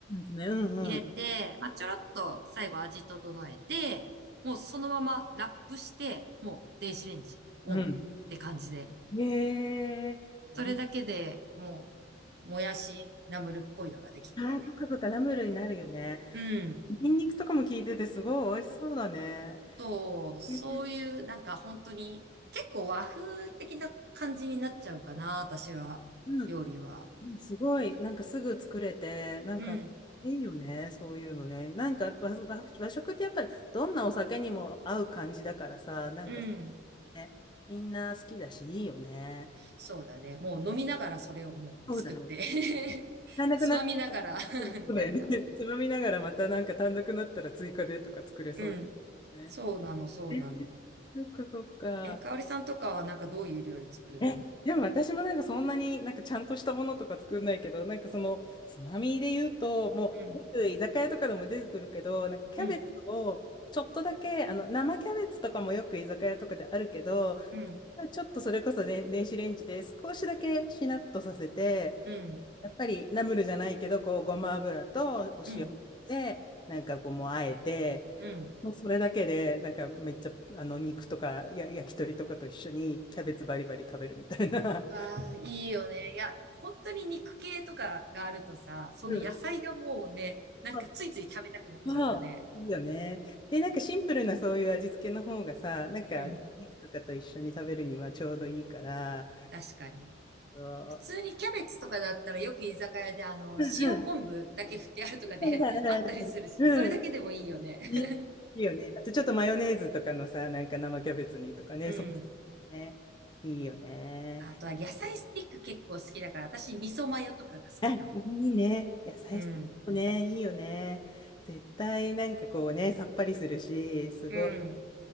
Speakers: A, on the left (about 25°); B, on the right (about 55°).
A: すね。うんうん。
B: 入れて、まあ、ちょろっと最後味整えて、もうそのままラップして、もう電子レンジオンって感じで、
A: うん。へえ。おい、
B: それだけでもう、もやしナムルっぽいのができて、
A: ああ、そっかそっか、ナムルになるよね。
B: うん、
A: ニンニクとかも効いてて、すごい美味しそうだね。
B: そう、そういうなんか本当に結構和風的な感じになっちゃうかな、
A: へえ
B: 私は、
A: うん。
B: 料理は。
A: うんすごい、なんかすぐ作れて、なんか、
B: うん、
A: いいよね、そういうのね。なんか和、和和食ってやっぱ、どんなお酒にも合う感じだからさ、なんか
B: うん。
A: ね、みんな好きだし、いいよね。
B: そうだね。もう飲みながらそれをもう作って
A: そうだね。足
B: <laughs>
A: らなくなっ
B: つまみながら
A: そうだよね。
B: <laughs> みたいな。
A: <laughs> つまみながらまたなんか単独になったら追加でとか作れそう
B: うん。
A: だね。
B: そうなの、そうなの。
A: えー、そっかそっか。
B: え、かおりさんとかはなんかどういう料理作るの
A: え、でも私もなんかそんなになんかちゃんとしたものとか作んないけど、なんかそのつまみで言うと、もうよく居酒屋とかでも出てくるけど、
B: うん、
A: なんかキャベツをちょっとだけ、
B: うん、
A: あの生キャベツとかもよく居酒屋とかであるけど、
B: うん、
A: ちょっとそれこそね、電子レンジで少しだけしなっとさせて、
B: うん、
A: やっぱりナムルじゃないけど、こう、ごま油とお塩で、
B: うん、
A: なんかこう、もうあえて、
B: うん。
A: もうそれだけで、なんかめっちゃ、あの、肉とかや、焼き鳥とかと一緒にキャベツバリバリ食べるみたいな。
B: わあ、いいよね。いや、本当に肉系とかがあるとさ、その野菜がもうね、
A: <laughs> うん。
B: なんかついつい食べたくなっちゃうよね。
A: あまあ、いいよね。で、なんかシンプルなそういう味付けの方がさ、なんか肉とかと一緒に食べるにはちょうどいいから、
B: うん、確かに。
A: そ
B: 普通にキャベツとかだったらよく居酒屋であの、
A: う。うんうん。
B: 塩昆布だけ振ってあるとかね、
A: あるあるあるあるうん
B: <laughs> あったりするし、それだけでもいいよね。
A: うんいいよね。
B: <laughs>
A: あとちょっとマヨネーズとかのさ、なんか生キャベツにとかね、
B: うん。
A: そうね。いいよね。
B: あとは野菜スティック結構好きだから、私味噌マヨとかが好きかも。
A: あ、いいね。野菜室もね、
B: うん。
A: いいよね。絶対なんかこうね、さっぱりするし、すごい、
B: うん。